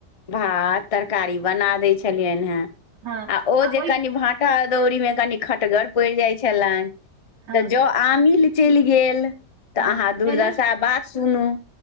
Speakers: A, on the left (about 35°); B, on the right (about 85°).
A: भात तरकारी बना दै छलियनि हेँ
B: हँ
A: आ ओ जे
B: ओहि
A: कनि भात भठा अदौड़ी मे कनि खटगर पड़ि जाइ छलनि तऽ
B: हँ
A: ज आमिल चलि गेल तऽ
B: हँ
A: अहाँ दुर्दशा
B: एना
A: बात सुनू